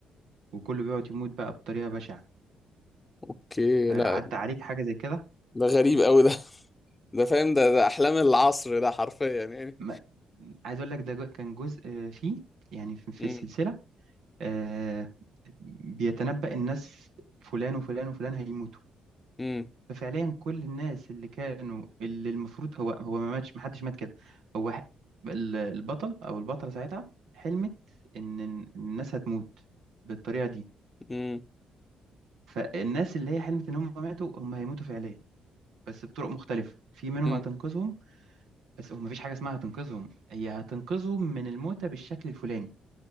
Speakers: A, on the right; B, on the left.
A: وكله بيقعد يموت بقى بطريقة بشعة
B: اوكي
A: آه،
B: لا
A: عدى عليك حاجة زي كده
B: ده غريب قوي ده ده فاهم ده ده احلام العصر ده حرفيا يعني
A: ما- عايز أقول لك ده جو- كان جزء آه، فيه يعني في في
B: امم
A: السلسلة آه، بيتنبأ الناس فلان وفلان وفلان هيموتوا
B: امم
A: ففعليا كل الناس اللي كانوا اللي المفروض هو هو ما ماتش محدش مات كده هو ح- ال- البطل أو البطلة ساعتها حلمت إن الناس هتموت بالطريقة دي
B: مم.
A: فالناس اللي هي حلمت ان هم ماتوا هم هيموتوا فعليا بس بطرق مختلفة في منهم
B: مم.
A: هتنقذهم بس هم مفيش حاجة اسمها هتنقذهم هي هتنقذهم من الموتة بالشكل الفلاني